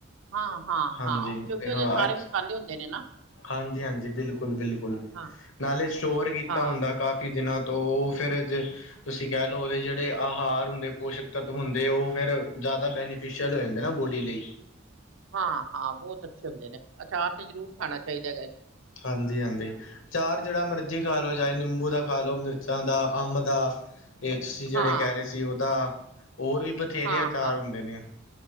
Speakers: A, on the right; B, on the left.
A: ਹਾਂ, ਹਾਂ।
B: ਹਾਂਜੀ
A: ਹਾਂ ਕਿਉਂਕਿ
B: ਤੇ
A: ਉਹਦੇ
B: ਹਾਂ
A: ਸਾਰੇ
B: ਅੱਜ
A: ਮਸਾਲੇ ਹੁੰਦੇ ਨੇ ਨਾ।
B: ਹਾਂਜੀ ਹਾਂਜੀ ਬਿਲਕੁਲ ਬਿਲਕੁਲ
A: ਹਾਂ,
B: ਨਾਲੇ ਸਟੋਰ ਕੀਤਾ
A: ਹਾਂ,
B: ਹੁੰਦਾ ਕਾਫੀ ਦਿਨਾਂ ਤੋ ਫਿਰ ਜੇ ਤੁਸੀਂ ਕਹਿ ਲਓ ਉਹਦੇ ਜਿਹੜੇ ਆਹਾਰ ਹੁੰਦੇ, ਪੋਸ਼ਕ ਤਤਵ ਹੁੰਦੇ ਉਹ ਫਿਰ ਜ਼ਿਆਦਾ ਬੈਨੀ ਫੇਸ਼ੀਅਲ ਹੋ ਜਾਂਦੇ ਨਾ ਬੋਡੀ ਲਈ
A: ਹਾਂ ਹਾਂ ਬਹੁਤ ਅੱਛੇ ਹੁੰਦੇ ਨੇ ਅਚਾਰ ਤੇ ਜ਼ਰੂਰ ਖਾਣਾ ਚਾਹੀਦਾ ਹੈਗਾ।
B: ਹਾਂਜੀ, ਹਾਂਜੀ। ਅਚਾਰ ਜਿਹੜਾ ਮਰਜ਼ੀ ਖਾ ਲਉ ਚਾਹੇ ਨਿੰਬੂ ਦਾ ਖਾ ਲਉ, ਮਿਰਚਾਂ ਦਾ, ਅੰਬ ਦਾ। ਤੇ ਤੁਸੀਂ ਜਿਹੜੇ
A: ਹਾਂ,
B: ਕਹਿ ਰਹੇ ਸੀ ਉਹਦਾ ਹੋਰ ਵੀ ਬਥੇਰੇ
A: ਹਾਂ,
B: ਅਚਾਰ
A: ਹਾਂ,
B: ਹੁੰਦੇ ਨੇ।